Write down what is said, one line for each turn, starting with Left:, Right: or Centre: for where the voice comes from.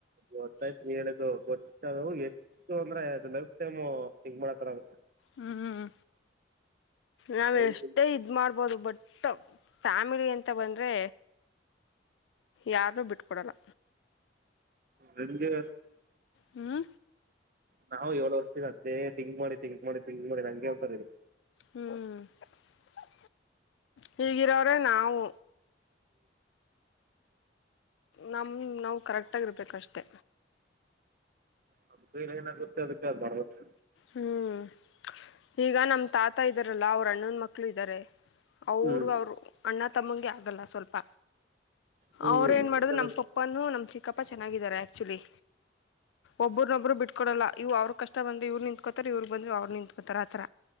Right: ಗೊತ್ತಾಯ್ತು ಹೇಳುದು ಗೊ ಅ ಎಷ್ಟು ಅಂದ್ರೆ ಅದು ಲೈಫ್ ಟೈಮ್ ಂಕ್ ಮಾಡತಾರ ಅಂತ
Left: ಹ್ಮ್ ನಾವ
Right: ಲೈಫ್
Left: ಎಷ್ಟೇ ಇದ್ ಮಾಡ್ಬೋದು ಬಟ್ ಫ್ಯಾಮಿಲಿ ಅಂತ ಬಂದ್ರೆ ಯಾರೂ ಬಿಟ್ಕೊಡಲ್ಲ
Right: ನಿಜ
Left: ಹ್ಮ
Right: ನಾವು ಏಳು ವರ್ಷದಿನ ಅದೇ ತಿಿಂಕ್ ಮಾಡಿ ತಿಿಂಕ್ ಮಾಡಿ ತಿಿಂಕ್ ಮಾಡಿ ನಂಗೆ ಉಂಂತಾರದು
Left: ಹ್ಮಞ ಹೀಗಿರೋ್ರೆ ನಾವು ನಮ್ಮ ನಾವು ಕರೆಕ್ಟಾಗಿರ್ಬೇಕಷ್ಟೆ
Right: ಹೌ ಅದಲೆ ಏನಾಗುತ್ತೆ ಅದಕ್ಕೆ ಅ್ ಮಾಡ್ಬೇಕು
Left: ಹ್ಮ್ ಈಗ ನಮ ತಾತ ಇದಾರಲ್ಲ ಅವ್ರ ಅಣ್ಣಂದ ಮಕ್ಳು ಇದ್ದಾರೆ ಅವರು
Right: ಹ್ಮ್
Left: ಅವರು ಅಣ್ಣ ತಮ್ಮಂಗೆ ಆಗಲ್ಲ ಸ್ವಲ್ಪ
Right: ಹ್ಮ್
Left: ಅವ್ರ ಏನ್ ಮಾಡುದು
Right: ಹ್ಮ್
Left: ನಮ ಪಪ್ಪನು ನಮ್ ಚಿಕ್ಕಪ್ಪ ಚೆನ್ನಾಗಿದ್ದಾರೆ ಆಕ್ಚುಲಿ ಒಬ್ಬ್ರನೊಬ್ರು ಬಿಟ್ಟ ಕೊಡಲ್ಲ ಇವು ಅವ್ರ ಕಷ್ಟ ಬಂದು ಇ್ರು ನಿಂತ ಕೋತ ಇವ್ ಬಂದ್ರು ಅವ್ರು ನಿಂತ್ಕೋತಾರ ಆತರ